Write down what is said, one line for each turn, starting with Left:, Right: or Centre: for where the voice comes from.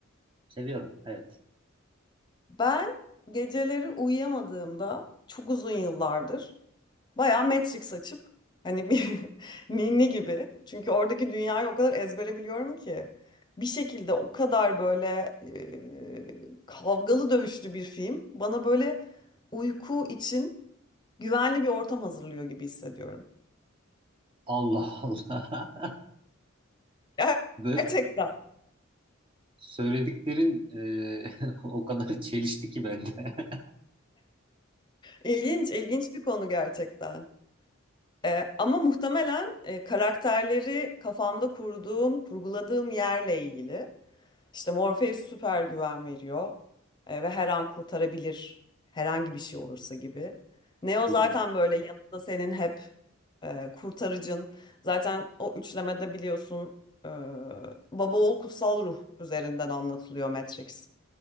Right: Seviyorum. Evet.
Left: Ben geceleri uyuyamadığımda çok uzun yıllardır bayağı Matrix açıp hani bir <laughs> ninni gibi çünkü oradaki dünyayı o kadar ezbere biliyorum ki bir şekilde o kadar böyle e, kavgalı dövüşlü bir film bana böyle uyku için güvenli bir ortam hazırlıyor gibi hissediyorum.
Right: Allah Allah.
Left: Ger-
Right: <laughs> Böyle
Left: Gerçekten.
Right: söylediklerin e, <laughs> o kadar çelişti ki bende. <laughs>
Left: İlginç, ilginç bir konu gerçekten. Ee, ama muhtemelen e, karakterleri kafamda kurduğum, kurguladığım yerle ilgili. İşte Morpheus süper güven veriyor e, ve her an kurtarabilir herhangi bir şey olursa gibi. Neo
Right: Hı
Left: zaten
Right: hı.
Left: böyle yanında senin hep e, kurtarıcın. Zaten o üçlemede biliyorsun e, baba oğul kutsal ruh üzerinden anlatılıyor Matrix.